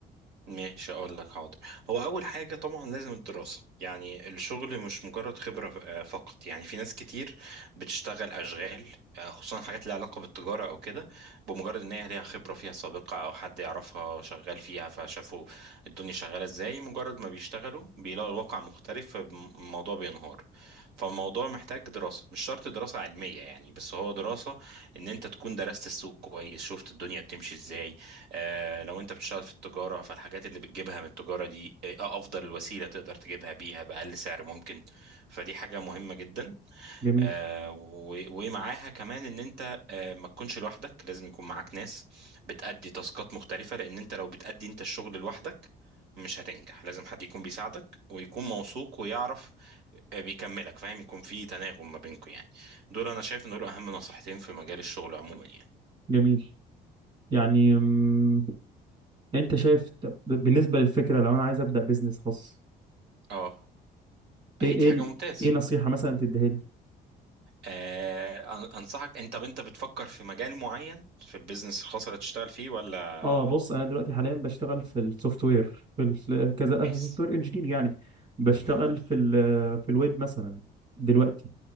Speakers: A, on the right; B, on the right.
A: ماشي اقول لك حاضر هو اول حاجه طبعا لازم الدراسه يعني الشغل مش مجرد خبره آه، فقط يعني في ناس كتير بتشتغل اشغال آه، خصوصا حاجات ليها علاقه بالتجاره او كده بمجرد ان هي ليها خبره فيها سابقه او حد يعرفها شغال فيها فشافوا الدنيا شغاله ازاي مجرد ما بيشتغلوا بيلاقوا الواقع مختلف فالموضوع بينهار فالموضوع محتاج دراسه مش شرط دراسه علميه يعني بس هو دراسه ان انت تكون درست السوق كويس شفت الدنيا بتمشي ازاي آه، لو انت بتشتغل في التجارة فالحاجات اللي بتجيبها من التجارة دي آه، آه، افضل الوسيلة تقدر تجيبها بيها بأقل سعر ممكن فدي حاجة مهمة جدا
B: جميل
A: آه، و- ومعاها كمان ان انت آه، ما تكونش لوحدك لازم يكون معاك ناس بتأدي تاسكات مختلفة لان انت لو بتأدي انت الشغل لوحدك مش هتنجح لازم حد يكون بيساعدك ويكون موثوق ويعرف آه، بيكملك فاهم يكون في تناغم ما بينكم يعني دول انا شايف ان دول اهم نصيحتين في مجال الشغل عموما يعني
B: جميل يعني مم، انت شايف طب بالنسبه للفكره لو انا عايز ابدا بيزنس خاص
A: اه
B: ايه
A: هي دي
B: ايه
A: حاجة
B: ال-
A: ممتازة
B: ايه نصيحه مثلا تديها لي
A: آه، أن- انصحك انت طب انت بتفكر في مجال معين في البيزنس الخاص اللي هتشتغل فيه ولا
B: اه بص انا دلوقتي حاليا بشتغل في السوفت وير في ال- كذا
A: كويس
B: سوفت وير انجينير يعني بشتغل
A: مم.
B: في ال في الويب مثلا دلوقتي